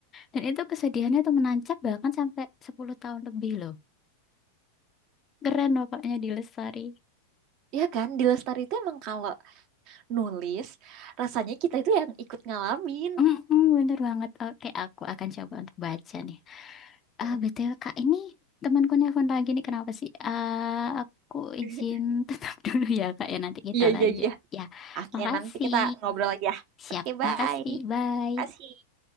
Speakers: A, on the left; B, on the right.
A: dan itu kesedihannya tuh menancap bahkan sampai 10 tahun lebih loh keren pokoknya di Lestari
B: Iya kan, di Lestari itu emang kalau nulis, rasanya kita itu yang ikut ngalamin.
A: Mm-mm, bener banget oke aku akan coba untuk baca nih ah
B: Mm.
A: BTW Kak ini temanku nelpon lagi nih kenapa sih ah aku
B: <laughs>
A: izin tetap <laughs> dulu ya Kak ya nanti kita
B: Iya, iya,
A: lanjut
B: iya.
A: ya
B: Oke,
A: makasih
B: nanti kita ngobrol lagi ya.
A: Siap,
B: Oke, bye.
A: makasih. Bye.
B: Kasih.